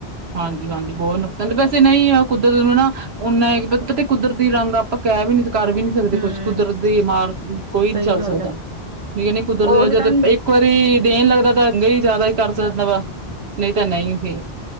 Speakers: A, on the right; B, on the right.
A: ਹਾਂਜੀ-ਹਾਂਜੀ ਬਹੋਤ ਨੁਕਸਾਨ, ਤੇ ਵੈਸੇ ਨਈ ਆ, ਕੁਦਰ ਵੀ ਨਾ ਉਨ੍ਹਾਂ ਕੀ ਪਤਾ ਕੁਦਰਤੀ ਰੰਗ ਆਪਾਂ, ਕੈਆ ਵੀ ਨੀ ਕਰ ਵੀ ਨੀ ਜਲਦੀ
B: ਹੂੰ,
A: ਕੁਛ, ਕੁਦਰਤ ਦੀ ਮਾਰ ਕੋਈ
B: ਸਹੀ
A: ਨੀ ਝਲ
B: ਗੱਲ
A: ਸਕਦਾ।
B: ਐ।
A: ਠੀਕ ਐਨੀ ਕੁਦਰਤ
B: ਉਹੀ
A: ਜਦ
B: ਤਾਂ ਹੂੰ
A: ਇੱਕ ਵਾਰੀ ਦੇਣ ਲੱਗਦਾ ਤਾਂ ਕਈ ਹੀ ਜ਼ਿਆਦਾ ਕਰ ਸਕਦਾ ਵਾ, ਨਂਈ ਤਾਂ ਨਂਈ ਤੇ